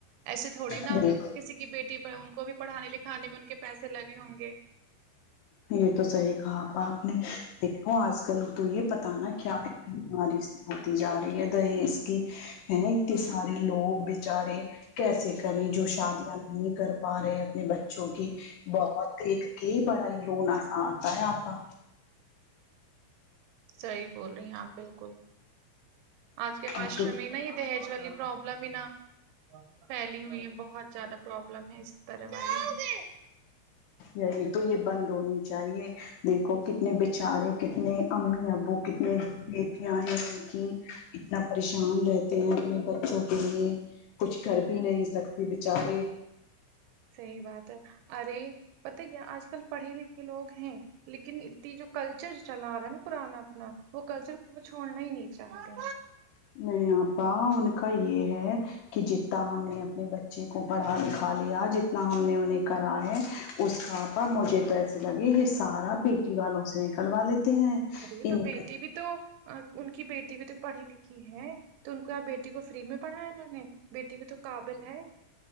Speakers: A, on the right (about 90°); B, on the left (about 70°).
A: ایسے تھوڑی نا
B: بالکل
A: کسی کی بیٹی ان کو بھی پڑھانے لکھانے میں ان کے پیسے لگے ہوں گے
B: یہ تو صحیح کہا آپا آپ نے دیکھو آج کل تو یہ پتا نا کیا ہے بیماری سے ہوتی جا رہی ہے دہیز کی ہے اتنے سارے لوگ بچارے کیسے کریں جو شادیاں نہیں کر پا رہے اپنے بچوں کی بہت دیکھ کے بڑا ہی روناساآتا ہے آپا
A: صحیح بول رہی ہیں آپ بالکل آج کے معاشر
B: یہ تو
A: میں میں ہی دہج پروابلم ہے نا ہو پھیلی ہوئی ہے بہت زیادہ پروابلم ہے اس طرح والی
B: یہی تو یہ بند ہونی چاہیے دیکھو کتنے بچارے کتنے امی ابو کتنے بیٹیاں ہیں ان کی اتنا پریشان رہتے ہیں اپنے بچوں کے لیے کچھ کر بھی نہیں سکتے بچارے
A: صحیح بات ہے ارے پتا ہیں کیا آج کل پڑھے لکھے لوگ ہیں لیکن اتنی جو کل چر چلا آ رہا ہے نا پرانا اپنا وہ کلچر کو چھوڑنا ہی نہیں چاہتے
B: نہیں آپا ان کا یہ ہے کہ جتنا ہم نے اپنے بچے کو پڑھا لکھا لیا جتنا ہم نے انہیں کرا ہے اس کا مجھے تو ایسے لگے یہ سارا بیٹی والوں سے نکلوا لیتے ہیں
A: ارے تو
B: ان
A: بیٹی بھی تو ان کی بیٹی بھی تو پڑھی لکھی ہے تو ان کو ار بیٹی کو فری میں پڑھایا انہوں نے بیٹی بھی تو قابل ہے